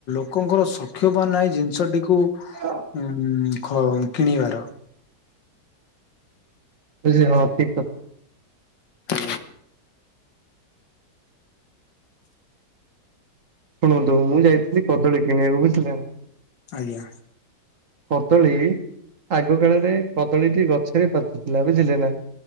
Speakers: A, on the left; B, on the right.
A: ଲୋକଙ୍କର ସକ୍ଷ ବା ନାହିଁ ଜିନିଷଟିକୁ
B: ବୁଝିଲେ
A: ଉ କିଣିବାର
B: ବୁଝିଲ ହଁ ଠିକ କଥା।
A: ହୁ
B: ଶୁଣନ୍ତୁ ମୁଁ ଯାଇଥିଲି କଦଳୀ କିଣିବାକୁ ବୁଝିଲେ ନା।
A: ଆଜ୍ଞା।
B: କଦଳୀ ଆଗ କାଳରେ କଦଳୀଟି ଗଛରେ ପାଚୁଥିଲା ବୁଝିଲେ ନା